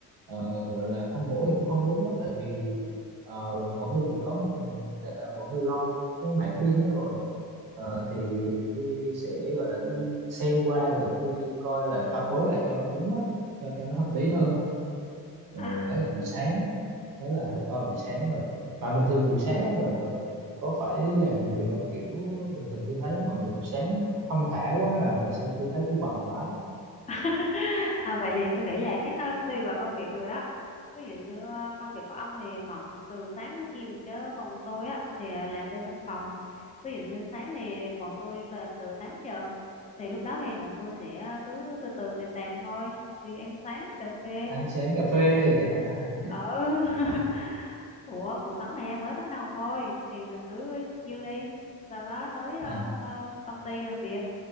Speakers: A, on the right; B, on the left.
A: Ờ, gọi là phân bổ thì cũng không đúng lắm tại vì ờ, mỗi người thì có một phần- để- mỗi người lo một cái mảng riêng hết rồi Ờ, thì tôi sẽ gọi là tôi xem qua rồi tôi coi lại cân đối lại cho đúng á cho cho nó hợp lý hơn rồi
B: À,
A: đó là buổi sáng đó là hết to buổi sáng rồi mà bình thường buổi sáng đó bà, bà có phải làm nhiều việc không kiểu bình thường tôi thấy mọi người buổi sáng thong thả quá à, mà sao tôi thấy tôi bận vãi
B: <laughs> à vậy thì tôi nghĩ là chắc ờ, tùy vào công việc rồi đó. Ví dụ như ờ, công việc của ông thì bận từ sáng tới chiều chứ còn tôi á thì ờ, làm bên văn phòng. Ví dụ như sáng thì bọn tôi làm từ tám giờ thì lúc đó thì bọn tôi sẽ ờ, cứ từ từ tèn tèn thôi, đi ăn sáng cà phê
A: ăn sáng cà phê vậy hả
B: ờ <laughs> ủa cuộc sống mà mới bắt đầu thôi thì mình cứ chill đi sau đó tới ờ,
A: <laughs>
B: công ty làm việc